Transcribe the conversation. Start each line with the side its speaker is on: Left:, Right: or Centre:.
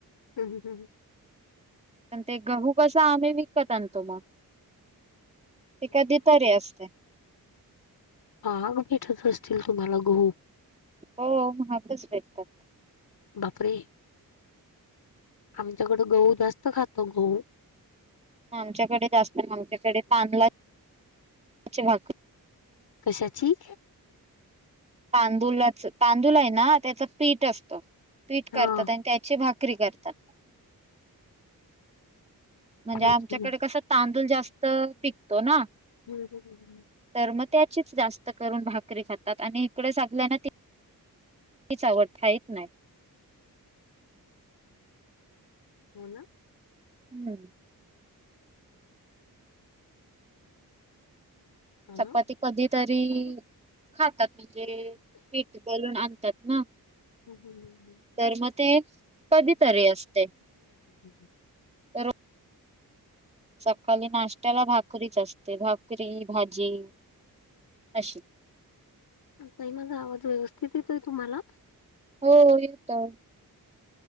Left: हम्. हम.. हम्
Right: पण ते गहू कस आम्ही विकत आण तो मग.. ते कधी तरी अस
Left: हा.. भेटत असतील तुम्हाला गहू
Right: हो.. महागच भेटतात.
Left: बापरे! आमच्याकडं गहू जास्त खातो गहू
Right: आमच्याकडे जास्त.. आमच्याकडे पानला ची भाक
Left: कशाची?
Right: तांदूलच, तांदूल आहे ना त्याचं पीठ असतं. पीठ
Left: हा
Right: करतात आणि त्याची भाकरी करतात. म्हणजे
Left: हम्म
Right: आमच्याकड कसं तांदूळ जास्त.. पिकतो ना.
Left: हम्.. हम्म.. ह..
Right: तर मग त्याचीच जास्त करून भाकरी खातात आणि इकडे सागवानातील <inaudible> तीच आवडते थाळीत नाही.
Left: हो.. ना
Right: हम्म
Left: हो
Right: चपाती
Left: ना
Right: कधी तरी
Left: हम्म
Right: खातात म्हणजे... पीठ दळून आणतात ना.
Left: हम्.. हम्.. ह...
Right: तर मग ते.. कधी तरी असतय.
Left: हम्.... ह
Right: रो सकाळी नाश्त्याला भाकरीच असते, भाकरी -भाजी अशी
Left: तई माझा आवाज व्यवस्थित येतोय तुम्हाला?
Right: हो.. येतो.